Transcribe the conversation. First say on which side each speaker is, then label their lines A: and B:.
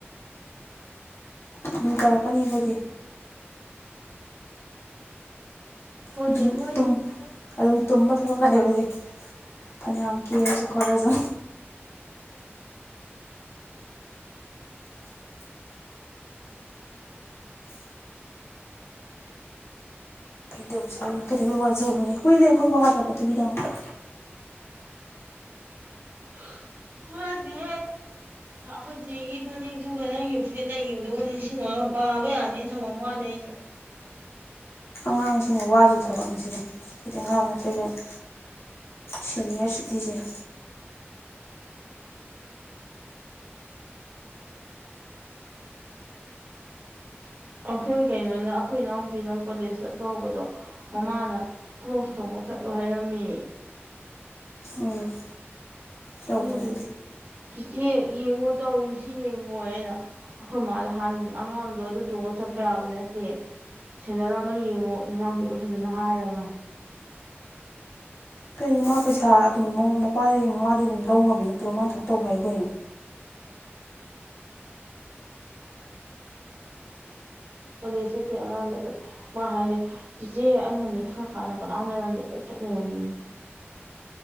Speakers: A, on the left; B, on the right.
A: ꯑꯗꯨꯝ ꯇꯧꯔꯛꯀꯅꯤ ꯑꯩꯈꯣꯏꯗꯤ
B: ꯍꯣꯏꯅꯦ
A: ꯑꯗꯨꯝ
B: ꯍꯣꯏꯅꯦ
A: ꯑꯗꯨꯝ ꯇꯨꯝꯕ ꯊꯂꯛꯀ ꯑꯩ ꯑꯣꯏꯗꯤ ꯐꯩꯅꯌꯥꯝ ꯀ ꯍꯥꯏꯁꯨ ꯀꯣꯂꯦꯖ ꯀꯩꯗꯧꯖꯕꯅꯤ ꯀꯩꯗꯧꯕꯋꯩ ꯋꯥꯖꯕꯅꯦ ꯀꯨꯏꯗꯦ ꯑꯩꯈꯣꯏ ꯋꯥꯗꯕꯗꯨꯒꯤꯗꯃꯛꯇ
B: ꯍꯥ ꯋꯥꯗꯦ ꯑꯩꯈꯣꯏ ꯆꯦꯒꯤ ꯐꯅꯦꯛꯇꯨꯒ ꯅꯪꯒꯤ ꯐꯨꯔꯤꯠ ꯂꯩꯈꯤꯕꯗꯨꯒ ꯅꯤꯡꯁꯤꯡꯉꯒ ꯄꯥꯕ ꯌꯥꯅꯤꯅ ꯊꯝꯃꯝ ꯋꯥꯅꯤ ꯑꯩꯁꯨ
A: ꯑꯉꯥꯡꯁꯤꯡꯅ ꯋꯥꯗꯕ ꯊꯕꯛꯅꯤꯁꯤꯗꯤ ꯍꯥꯏꯈꯣꯏꯗꯤ ꯑꯉꯥꯡ ꯅꯠꯇ꯭ꯔꯦꯈꯣꯏꯅ ꯁꯅꯤꯌꯔ ꯁꯤꯇꯤꯖꯦꯟ
B: ꯑꯩꯈꯣꯏ ꯀꯩꯅꯣꯅ ꯑꯩꯈꯣꯏ ꯏꯅꯥꯎꯄꯤꯅ ꯀꯣꯂꯦꯖ ꯆꯠꯄ ꯍꯧꯕꯗꯣ ꯃꯃꯥꯅ ꯀ꯭ꯔꯣꯁ ꯇꯧꯅ ꯆꯠꯂꯣ ꯍꯥꯏꯔꯝꯃꯤ
A: ꯎꯝ ꯇꯧꯋꯦ
B: ꯑꯗꯨꯗꯤ ꯆꯤꯆꯦ ꯌꯦꯡꯉꯣ ꯇꯧꯁꯤ ꯌꯦꯡꯉꯣ ꯍꯥꯏꯅ ꯑꯩꯈꯣꯏ ꯃꯥꯗ ꯍꯥꯏ ꯑꯉꯥꯡꯗꯣ ꯑꯗꯨ ꯇꯣꯡꯉꯒ ꯆꯠꯄ ꯌꯥꯕ ꯅꯠꯇꯦ ꯁꯦꯟꯗꯜ ꯑꯃ ꯌꯦꯡꯉꯣ ꯅꯅꯥꯎꯅꯨꯄꯤꯗꯨ ꯐꯖꯅ ꯍꯥꯏꯔꯒ
A: ꯑꯗꯨ ꯃꯥ ꯄꯩꯁꯥ ꯑꯗꯨꯝ ꯃꯄꯥꯗꯩ ꯃꯃꯥꯗꯩ ꯑꯗꯨꯝ ꯂꯧ ꯉꯝꯃꯤ ꯅꯠꯇ꯭ꯔꯣ ꯃꯥꯅ ꯊꯣꯛ ꯇꯧ ꯍꯥꯏꯈꯣꯅꯣ
B: ꯄꯗꯁ ꯇꯉꯥꯡꯅ ꯃꯥ ꯍꯥꯏꯅꯦ ꯏꯦꯆꯦ ꯑꯩꯅ ꯂꯩꯊꯣꯔꯀꯥꯟꯗ ꯀꯅꯥꯝ ꯂꯩꯔꯝꯗ ꯂꯣꯏ ꯆꯠ ꯂꯩꯔꯝꯃꯤ